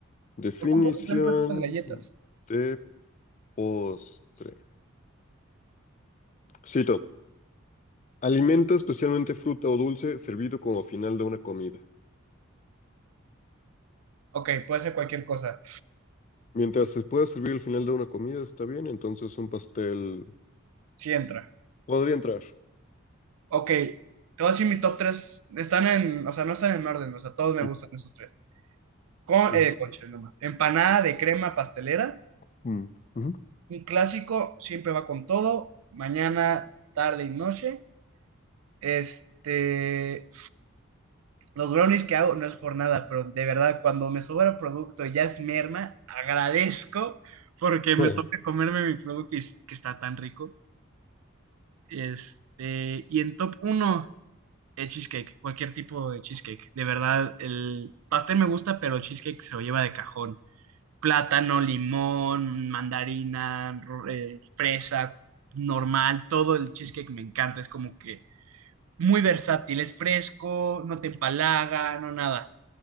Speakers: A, on the left; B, on the right.
A: Definición
B: ¿Por qué un postre también puede ser las galletas?
A: de postre. Cito. Alimento, especialmente fruta o dulce, servido como final de una comida.
B: Ok, puede ser cualquier cosa.
A: Mientras se pueda servir al final de una comida, está bien, entonces un pastel
B: Sí entra.
A: podría entrar.
B: Ok, te voy a decir mi top tres Están en, o sea, no están en orden, o sea, todos me
A: Mm,
B: gustan esos tres. Con,
A: mm,
B: eh, concha, no más. Empanada de crema pastelera.
A: mm, mm.
B: Un clásico, siempre va con todo. Mañana, tarde y noche. Este, los brownies que hago no es por nada, pero de verdad, cuando me sobra producto y ya es merma, agradezco porque me
A: Oh.
B: toca comerme mi producto y es que está tan rico. Este, y en top uno el cheesecake, cualquier tipo de cheesecake. De verdad, el pastel me gusta, pero el cheesecake se lo lleva de cajón. Plátano, limón, mandarina, ro- eh, fresa, normal, todo el cheesecake me encanta. Es como que muy versátil, es fresco, no te empalaga, no nada.